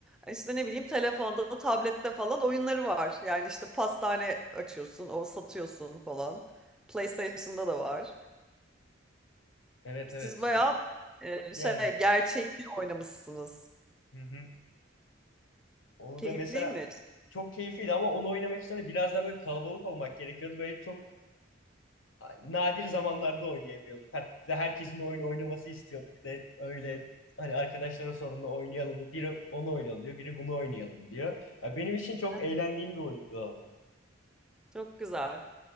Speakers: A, in the centre; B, on the left (about 75°).
A: e, işte ne bileyim telefonda, tablette falan oyunları var. Yani işte pastane açıyorsun, o satıyorsun falan. PlayStation'da da var.
B: Evet
A: Siz
B: evet şu
A: bayağı e,
B: yani
A: şey gerçeğini oynamışsınız.
B: hı hı. Onu
A: Keyifliymiş.
B: da mesela çok keyifliydi ama onu oynamak için de biraz daha böyle kalabalık olmak gerekiyordu. Böyle çok nadir zamanlarda oynayabiliyorduk. Hatta herkesin oyunu oynaması istiyordu. Bir de öyle hani arkadaşlara sorduğunda oynayalım mı? Biri onu oynayalım diyor, biri bunu oynayalım diyor. Ya benim için çok
A: Aha,
B: eğlendiğim bir oyundu o.
A: Çok güzel.